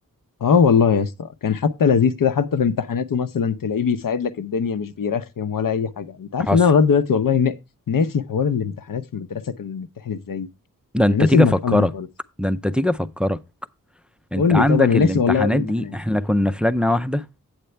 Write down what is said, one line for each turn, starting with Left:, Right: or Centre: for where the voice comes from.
Left: اه والله يا اسطى كان حتى لذيذ كده حتى في امتحاناته مثلا تلاقيه بيساعد لك الدنيا مش بيرخم ولا اي حاجه انت عارف
Centre: حصل
Left: ان انا لغايه دلوقتي والله نا... ناسي حوار الامتحانات في المدرسه كنا بنمتحن ازاي
Centre: ده انت
Left: انا ناسي
Centre: تيجي
Left: المرحله
Centre: افكرك
Left: دي خالص
Centre: ده انت تيجي افكرك انت
Left: قول
Centre: عندك
Left: لي طب انا ناسي
Centre: الامتحانات
Left: والله الامتحانات
Centre: دي احنا كنا في لجنه واحده